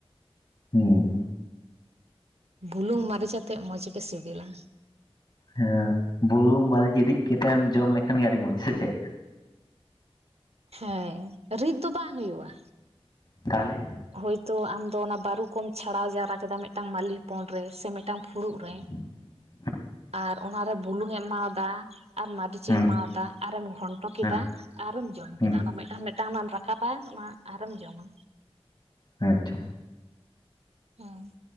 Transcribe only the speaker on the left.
ᱦᱩᱸ
ᱦᱮᱸ ᱵᱩᱨᱩᱝ ᱢᱟᱹᱨᱤᱪ ᱨᱤᱫ ᱠᱟᱛᱮᱢ ᱡᱚᱢ ᱞᱮᱠᱷᱟᱱ ᱜᱮ ᱟᱹᱰᱤ ᱢᱚᱸᱡᱽ ᱥᱮ ᱪᱮᱫ
ᱛᱟᱦᱚᱞᱮ
<inaudible>
ᱦᱩᱸ
ᱦᱩᱸ
ᱦᱩᱸ
ᱟᱪᱪᱷᱟ